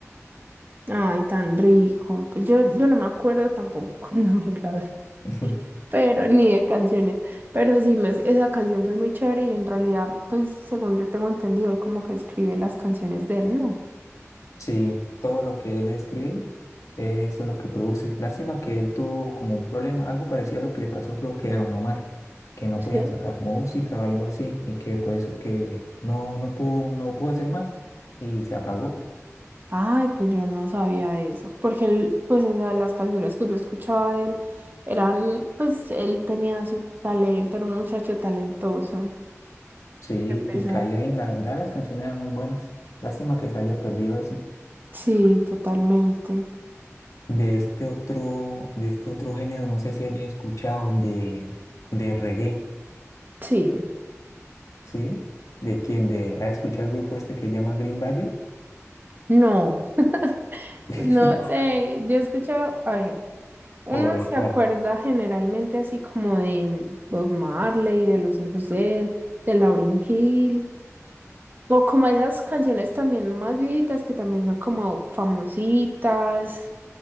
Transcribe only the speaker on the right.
<laughs> Ay, tan rico. Pues yo, yo no me acuerdo tampoco <laughs> cuando me gradué,
pero ni de canciones. Pero sí, me, esa canción fue muy chévere y en realidad, pues según yo tengo entendido, él como que escribe las canciones de él, ¿no?
Sí.
Ay, pero yo no sabía eso. Porque él, pues, o sea, las canciones que yo escuchaba de él eran, pues, él tenía su talento, era un muchacho talentoso.
Qué pesar.
Sí, totalmente.
Sí.
No,
pues, no sé. Yo he escuchado, a ver, uno
se
acuerda generalmente así como de Bob Marley, de los hijos de él, de Lauryn Hill. O como esas canciones también más viejitas que también son como famositas.